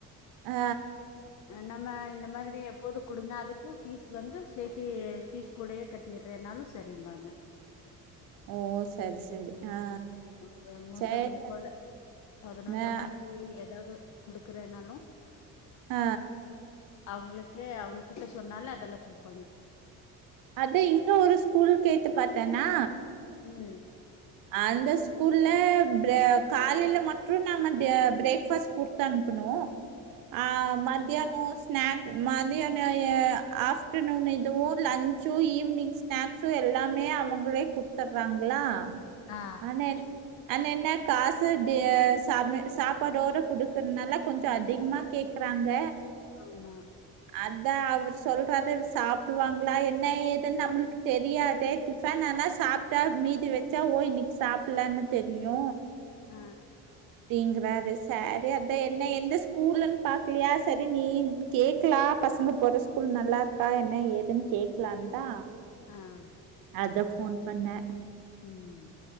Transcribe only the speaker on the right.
ஆ
ஓ செரி செரி ஆ
சரி
ஆ
அ
அதா இங்க ஒரு ஸ்கூல் கேட்டு பாத்தேனா
அந்த ஸ்கூல்ல ப்ர காலையில மட்டு நாம டெ ஃப்ரேக் பாஸ்ட் குடுத்தனுப்பனு ஆ மதியானோ ஸ்னாக் மதியானோ நே எ ஆப்டர் நுன் இதுவு லஞ்ன்சு ஈவினிங் ஸ் ஸ்நாக்ஸ்ஸு எல்லாமே அவங்களே குடுத்துட்றாங்க. ல்லா
ஆன என் ஆன என்ன காசு டேஸ் சா <unintelligible> சாப்பாட்டோட குடுக்கிறனால கொஞ்சோ அதிகமா கேக்கிறாங்க
அதா அவர் சொல்றாரு அது சாப்பிடுவாங்களா என்ன ஏதுன்னு நம்மளுக்கு தெரியாதே டிஃபன் ஆனா சாப்ட்டா மீதி வெச்சா ஒ இன்னைக்கு சாப்பிலான்னு தெரியு
<unintelligible> ங்க வேற சாரி அதா என்ன எந்த ஸ்கூல்லுன் பாக்கலையா சரி நீந் கேக்கல பசங்க போற ஸ்கூல் நல்லா இருக்கா என்ன ஏதுன் கேக்லாந்தா
அதா ஃபோன் பண்ணே